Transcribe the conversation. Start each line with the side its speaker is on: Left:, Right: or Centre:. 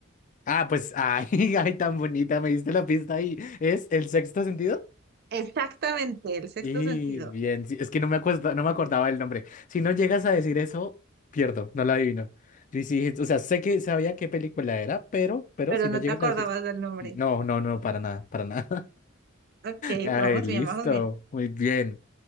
Left: Ah, pues, ay, <laughs> ay, tan bonita, me diste la pista ahí. ¿Es el sexto sentido?
Right: Exactamente, el sexto
Left: Y
Right: sentido,
Left: bien, sí, es que no me acuerdo, no me acordaba el nombre. Si no llegas a decir eso, pierdo, no la adivino. Yo sí, o sea, sé que sabía qué película era, pero, pero
Right: pero
Left: si
Right: no
Left: no llegas
Right: te acordabas
Left: a decir eso.
Right: del nombre.
Left: y- No, no, no, para nada, para nada.
Right: Ok,
Left: Ay,
Right: vamos
Left: listo,
Right: bien, vamos bien.
Left: muy bien.